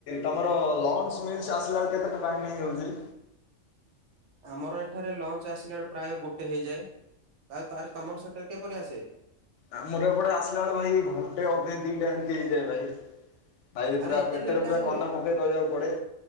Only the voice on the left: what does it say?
ତମର ଲଞ୍ଚ ମିଲ୍ସ ଆସିଲା ବେଳେ କେତେଟା ଟାଇମ୍ ହେଇଯାଉଛି।
ଆ ମୋର ଏପଟେ ଆସିଲା ବେଳେ ଭାଇ ଘଣ୍ଟେ ଅଧେ ଦିଟା ଏମିତି ହେଇଯାଏ ଭାଇ। ଭାଇ
ପୁରା
ପେଟରେ
ପୁରା କନା
ପକେଇ ରହିବାକୁ ପଡେ।